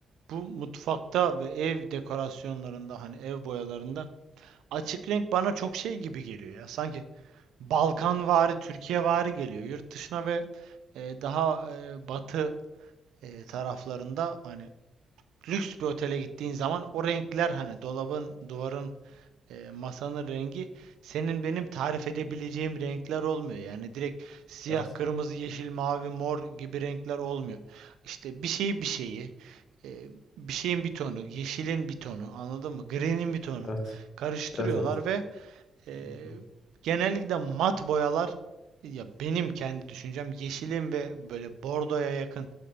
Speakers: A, on the right; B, on the left.
A: bu mutfakta ve ev dekorasyonlarında hani ev boyalarında açık renk bana çok şey gibi geliyor ya. Sanki Balkanvari, Türkiyevari geliyor. Yurt dışına ve e, daha e, batı e, taraflarında hani lüks bir otele gittiğin zaman o renkler hani dolabın, duvarın e, masanın rengi senin benim tarif edebileceğim renkler olmuyor. Yani direkt siyah,
B: evet,
A: kırmızı, yeşil, mavi, mor gibi renkler olmuyor. İşte bir şeyi bir şeyi, e, bir şeyin bir tonu, yeşilin bir tonu, anladın mı? Green'in bir tonu
B: evet,
A: karıştırıyorlar
B: evet, evet.
A: ve
B: Kesinlikle.
A: e, genellikle mat boyalar ya benim kendi düşüncem yeşilin ve böyle bordoya yakın